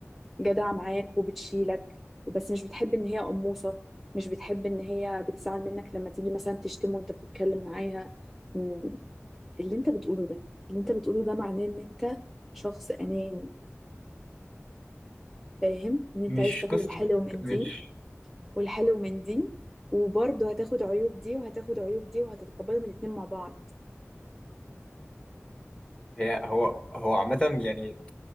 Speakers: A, in the centre; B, on the left.
A: جدعة معاك وبتشيلك وبس مش بتحب ان هي قموصة مش بتحب ان هي بتزعل منك لما تيجي مثلا تشتم وانت بتتكلم معاها م، اللي انت بتقوله ده اللي انت بتقوله ده معناه ان انت شخص اناني فاهم ان انت
B: مش
A: عايز تاخد
B: قصة
A: الحلو من
B: مش
A: دي والحلو من دي وبرضه هتاخد عيوب دي وهتاخد عيوب دي وهتتقبلهم الاتنين مع بعض
B: هي هو هو عامة يعني